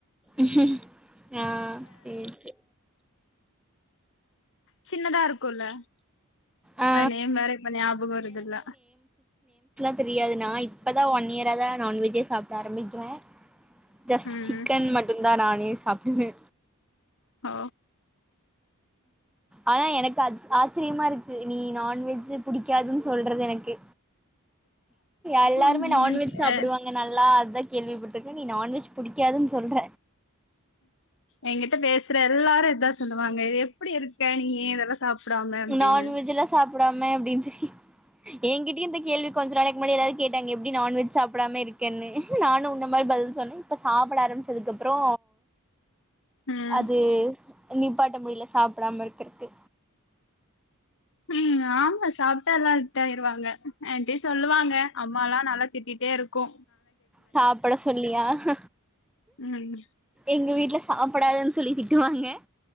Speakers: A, in the centre; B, on the left (about 60°).
A: ம் ஹ்ம் ஆஹ் செரி
B: சின்னதா இருக்குல
A: ஆ
B: அநெம் வேற ஞபகம் வரதுல
A: தெரியாது நா இப்பதா ஒன் இயர் அதான் நான்வெஜ்ஜே சாப்பிட ஆரம்பிக்குவே ஜஸ்ட்
B: ம்
A: சிக்கன் மட்டும் தான் நானே சாப்பிடுவே
B: ஓ
A: ஆனா எனக்கு அச் ஆச்சரியமா இருக்கு நீ நான்வெஜ்ஜு புடிக்காதுன் சொல்றது எனக்கு எல்லாருமே
B: ம்
A: நான்வெஜ் சாப்பிடுவாங்க
B: அ
A: நல்லா அத கேள்விப்பட்டுக்கு நீ நான் வெஜ் ச் புடிக்காதுன் சொல்ற
B: எங்கிட்ட பேசுற எல்லாரு இதா சொல்லுவாங்க இது எப்படி இருக்க நீ இதெல்லா சாப்டாம அப்டின்னு
A: நான்வெஜ்லா சாப்டாம் <unintelligible> சொி எங்கிட்டயு இந்த கேள்வி கொஞ்ச நாளைக் முன்னாடி எல்லாரு கேட்டாங்க எப்படி நான்வெஜ் சாப்பிடாம இருக்கன்னு நானு உன்ன மாரி பதில் சொன்னேன் இப்ப சாப்பிட ஆரம்பிச்சதுக்கு அப்பறோ
B: ம்
A: அது நிப்பாட்ட முடில சாப்டாம இருக்குறக்கு
B: உம் ஆமா சாப்ட்டா எல்லாம் ட்டாயிருவாங்க அப்டின் சொல்லுவாங்க அம்மாலா நல்லா திட்டிட்டே இருக் கோ
A: சாப்பட சொல்லியா அஹ்
B: ம்
A: எங்க வீட்ல சாப் ப்படாதுன் சொல்லி திட்டுவாங்க